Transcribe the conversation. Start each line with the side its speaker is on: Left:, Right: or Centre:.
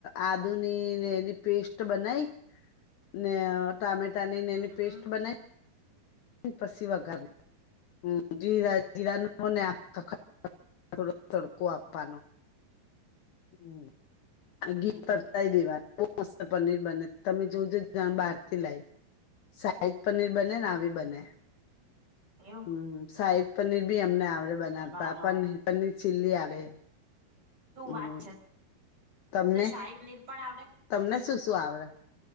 Left: આદુની એની પેસ્ટ બનાય ને ટામેટાની ને
Right: હમ્મ
Left: એની પેસ્ટ બનાઈ પસી વઘાર <unintelligible> હમ જીરા જીરા આખા <inaudible> થોડોક તડકો આપવાનો હમ ઘી
Right: હમ્મ
Left: તરતાય દેવાનુ બઉ મસ્ત પનીર બને તમે જોજો બહારથી લાઇને સાહિદ પનીર બને ને આવી બને
Right: એવું
Left: હમ સાઈડ પનીર બી એમને આવડે બનાવતા
Right: વાહ વાહ
Left: પન
Right: વાહ.
Left: પનીર ચિલ્લી આવડે
Right: શું
Left: હમ
Right: વાત છે
Left: તમને
Right: શાહી પનીર પણ આવડે
Left: તમને શું શું આવરે